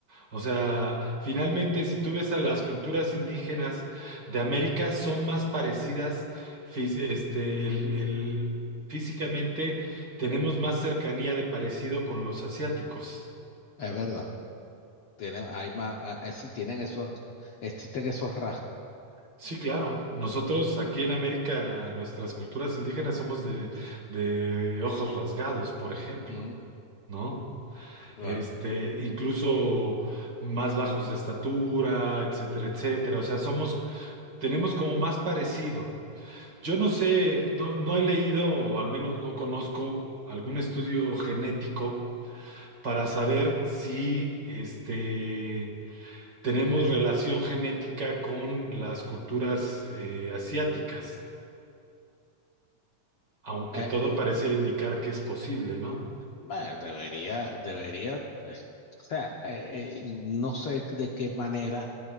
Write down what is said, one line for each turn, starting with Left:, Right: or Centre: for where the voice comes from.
Right: O sea, finalmente, si tú ves a las culturas indígenas de América, son más parecidas, fis- este, el- el- físicamente tenemos más cercanía de parecido con los asiáticos.
Left: Es verdad. Tienen, hay más, ah, eh, sí, tienen esos, existen esos rasgos.
Right: Sí, claro. Nosotros aquí en América, nuestras culturas indígenas somos de, de ojos rasgados, por ejemplo,
Left: Mm,
Right: ¿no?
Left: claro.
Right: Este, incluso más bajos de estatura, etcétera, etcétera. O sea, somos, tenemos como más parecido. Yo no sé, no, no he leído o al menos no conozco algún estudio genético para saber si este, tenemos relación genética con las culturas eh, asiáticas, aunque
Left: Eh,
Right: todo
Left: ah,
Right: pareciera indicar que es posible, ¿no?
Left: bueno, debería, debería, eh, o sea, eh, eh, no sé de qué manera